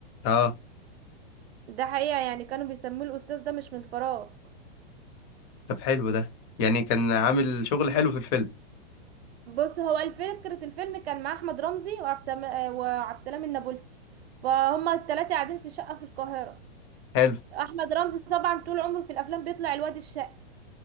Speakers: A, on the left; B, on the right.
A: اه
B: ده حقيقة يعني كانوا بيسموه الأستاذ ده مش من الفراغ
A: طب حلو ده يعني كان عامل شغل حلو في الفيلم
B: بص هو الفكرة الفيلم كان مع أحمد رمزي وعبد السلام وعبد السلام النابلسي فهما التلاتة قاعدين في شقة في القاهرة
A: حلو
B: أحمد رمزي طبعا طول عمره في الأفلام بيطلع الواد الشقي